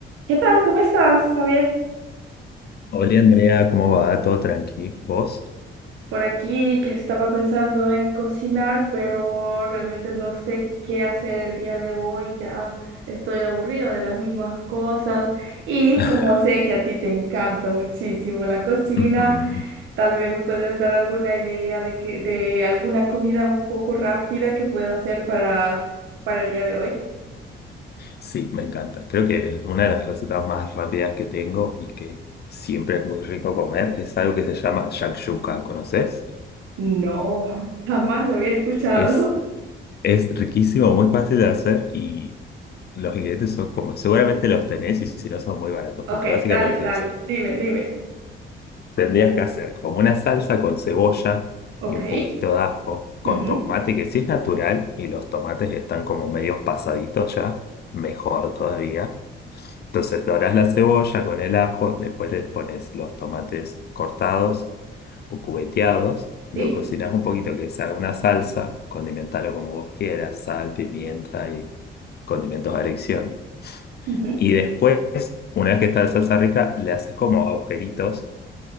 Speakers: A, on the right; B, on the left.
A: ¿Qué tal? ¿Cómo estás, Javier?
B: Hola Andrea, ¿cómo va? ¿Todo tranqui? ¿Vos?
A: Por aquí que estaba pensando en cocinar, pero realmente no sé qué hacer el día de hoy. Ya estoy aburrido de las mismas cosas. Y
B: <laughs>
A: como sé que a ti te encanta muchísimo la cocina,
B: Ujú.
A: tal vez me puedes dar alguna idea de que, de alguna comida un poco rápida que pueda hacer para, para el día de hoy.
B: Sí, me encanta. Creo que es una de las recetas más rápidas que tengo y que siempre es muy rico comer es algo que se llama shakshuka, ¿conoces?
A: No, <laughs> jamás lo había escuchado.
B: Es,
A: <laughs>
B: es riquísimo, muy fácil de hacer y los ingredientes son como, seguramente los tenés y si no son muy baratos,
A: Ok,
B: porque básicamente
A: dale, dale,
B: es
A: dime, dime.
B: Tendrías que hacer como una salsa con cebolla
A: Ok.
B: y un poquito de ajo, con
A: ujú,
B: tomate que sí es natural y los tomates que están como medios pasaditos ya, mejor todavía. Entonces dorás la cebolla con el ajo, después le pones los tomates cortados o cubeteados, lo
A: Sí.
B: cocinas un poquito que se haga una salsa, condimentalo como vos quieras, sal, pimienta y condimentos a elección.
A: Ujú.
B: Y después, una vez que está la salsa rica, le haces como agujeritos